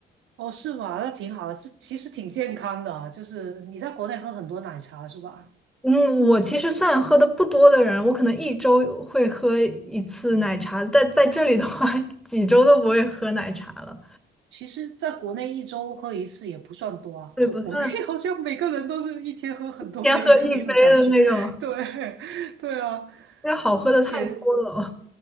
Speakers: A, on the right; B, in the centre.
A: 哦，是吗？那挺好的，这其实挺健康的啊，就是你在国内喝很多奶茶是吧？
B: 嗯，我其实算喝的不多的人，我可能一周会喝一次奶茶，但在这里的话，<laughs> 几周都不会喝奶茶了。
A: 其实，在国内一周喝一次也不算多啊，
B: 对，
A: 就国内好像每个人都是一天喝很多杯的那种感觉。
B: 不算天喝一杯的那种，
A: <laughs> 对，对啊，
B: 因为好喝的太多了。
A: 而且，